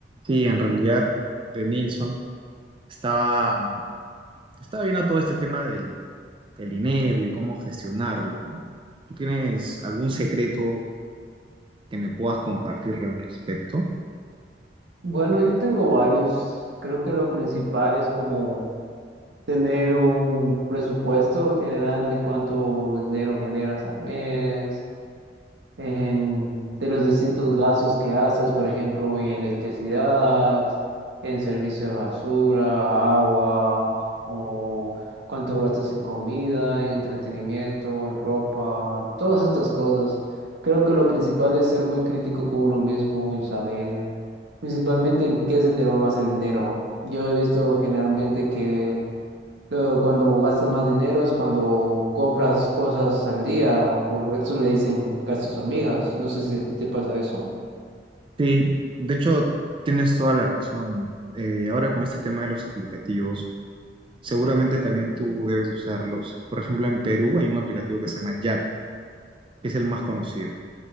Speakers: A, on the right; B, on the right.
A: Sí, en realidad, de Nilsson estaba, estaba viendo todo este tema del, del dinero y cómo gestionarlo, ¿no? ¿Tú tienes algún secreto que me puedas compartir al respecto?
B: Bueno, yo tengo varios. Creo que lo principal es como tener un presupuesto general de cuánto dinero generas al mes, en- de los distintos gastos que haces, por ejemplo, en electricidad, en servicio de basura, agua, o cuánto gastas en comida, en entretenimiento, en ropa, todas estas cosas. Creo que lo principal es ser muy crítico con uno mismo y saber principalmente en qué se te va más el dinero. Yo he visto generalmente que eh, cuando gastas más dinero es cuando compras cosas al día, por eso le dicen gastos hormigas. No sé si a ti te pasa eso.
A: Sí, de hecho, tienes toda la razón. Eh, ahora con este tema de los aplicativos, seguramente también tú debes usarlos. Por ejemplo, en Perú hay un aplicativo que se llama Yape, que es el más conocido.